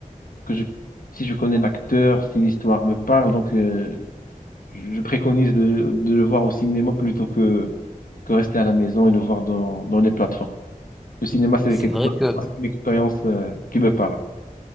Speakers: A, on the left; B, in the centre.
A: que je, si je connais l'acteur, si l'histoire me parle, donc euh, je je préconise de, de le voir au cinéma plutôt que, que rester à la maison et le voir dans, dans les plateformes. Le cinéma, c'est
B: C'est
A: quelque
B: vrai
A: chose,
B: que
A: c'est une expérience euh, qui me parle.